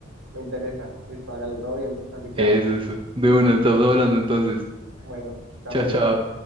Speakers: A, on the right; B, on the right.
A: me interesa, listo, hágale, todo bien, así quedamos.
B: Es eso. De una, estamos hablando entonces.
A: Bueno, ya
B: Chao,
A: pues.
B: chao.